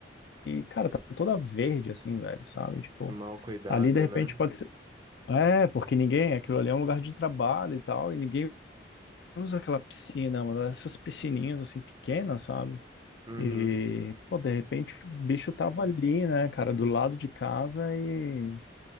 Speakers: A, on the left; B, on the right.
A: e, cara, tá toda verde assim, velho, sabe? Tipo,
B: Mal cuidada,
A: ali de repente
B: né?
A: pode ser. É, porque ninguém, aquilo ali é um lugar de trabalho e tal, e ninguém usa aquela piscina, mano, essas piscininhas assim pequenas, sabe?
B: Uhum.
A: E, pô, de repente o bicho tava ali, né, cara, do lado de casa e,